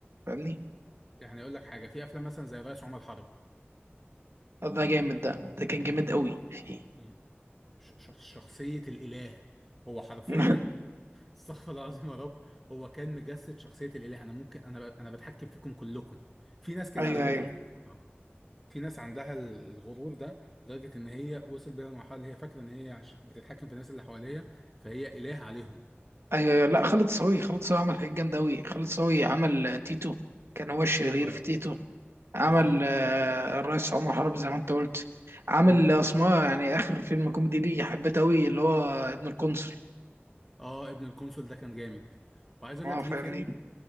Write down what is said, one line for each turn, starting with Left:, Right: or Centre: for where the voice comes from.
Right: فاهمني
Centre: يعني اقول لك حاجه في افلام مثلا زي الريس عمر حرب
Right: ده جامد ده ده كان جامد قوي فيه
Centre: يعني ش- شخ- شخصيه الاله هو حرفيا
Right: <laughs>
Centre: <laughs> استغفر الله العظيم يا رب هو كان مجسد شخصيه الاله انا ممكن انا ب- انا بتحكم فيكم كلكم في ناس كده
Right: ايوه
Centre: على فكره
Right: ايوه
Centre: في الواقع. في ناس عندها ال- الغرور ده لدرجه ان هي وصل بيها لمرحله اللي هي فاكره ان هي عش... بتتحكم في الناس اللي حواليها فهي اله عليهم
Right: ايوه لا خالد صاوي خالد صاوي عمل حاجات جامده قوي خالد صاوي عمل آه، تيتو كان هو الشرير
Centre: اه
Right: في تيتو عمل
Centre: بالظبط
Right: آه، الرئيس عمر حرب زي ما انت قلت عامل
Centre: امم
Right: اسمها يعني اخر فيلم كوميدي ليه حبيته قوي اللي هو ابن القنصل
Centre: اه ابن القنصل ده كان جامد وعايز اقول
Right: اه
Centre: لك
Right: فاهمني
Centre: ليه فيلم